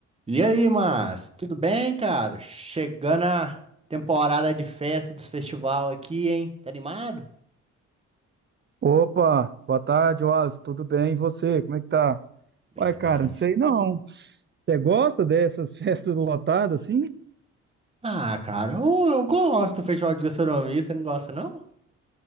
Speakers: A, on the right (about 20°); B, on the right (about 35°).
A: E aí, mas tudo bem, cara? Chegando a temporada de festa dos festival aqui, hein? Tá animado?
B: Opa, boa tarde, Wallace. Tudo bem? E você? Como é que tá?
A: Bem
B: Uai,
A: demais.
B: cara, não sei não. Você gosta dessas <laughs> festas lotadas assim?
A: Ah, cara, eu, eu gosto do festival de gastronomia, você não gosta, não?